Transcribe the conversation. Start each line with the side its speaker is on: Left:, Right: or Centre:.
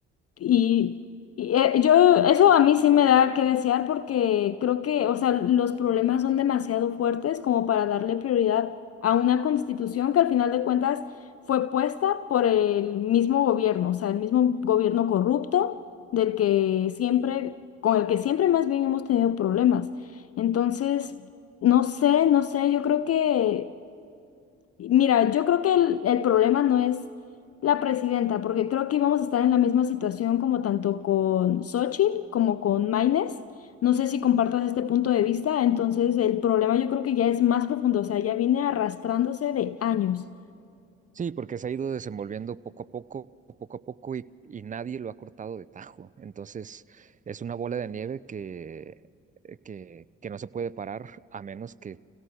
Left: Y, y, eh, yo, eso a mí sí me da que desear porque creo que, o sea, los problemas son demasiado fuertes como para darle prioridad a una constitución que al final de cuentas fue puesta por el mismo gobierno, o sea, el mismo gobierno corrupto del que siempre, con el que siempre más bien hemos tenido problemas. Entonces, no sé, no sé, yo creo que Mira, yo creo que el, el problema no es la presidenta, porque creo que íbamos a estar en la misma situación como tanto con Xochitl como con Maines. No sé si compartas este punto de vista, entonces el problema yo creo que ya es más profundo, o sea, ya viene arrastrándose de años.
Right: Sí, porque se ha ido desenvolviendo poco a poco, poco a poco, y, y nadie lo ha cortado de tajo. Entonces, es una bola de nieve que, eh, que, que no se puede parar a menos que